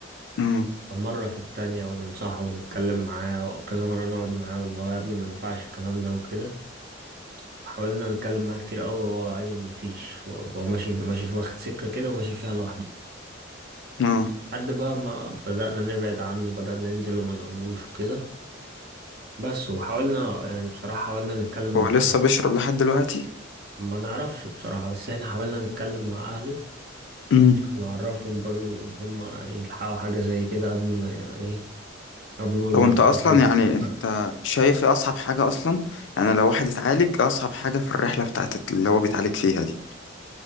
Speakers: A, on the left (about 65°); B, on the right (about 50°).
A: اه
B: مرة في التانية وننصحه ونتكلم معاه وكذا مرة نقعد معاه واللي هو يا ابني ما ينفعش الكلام ده وكده حاولنا نتكلم معاه كتير قوي وهو اي مفيش هو ماشي في ماشي في واخد سكة كده وماشي فيها لوحده
A: اه
B: لحد بقى ما بدأنا نبعد عنه بدأنا ننزل وما نقولوش وكده بس وحاولنا يعني بصراحة حاولنا نتكلم
A: هو
B: مع
A: لسه
B: أهله
A: بيشرب لحد دلوقتي
B: ما نعرفش بصراحة بس احنا حاولنا نتكلم مع أهله
A: امم
B: عشان نعرفهم برضو إن هما يلحقوا حاجة زي كده قبل ما يعني إيه قبل ما الموضوع
A: طب انت اصلا
B: بقى يزيد
A: يعني
B: من
A: انت
B: حد
A: شايف ايه اصعب حاجه اصلا يعني لو واحد اتعالج إيه اصعب حاجه في الرحله بتاعت اللي هو بيتعالج فيها دي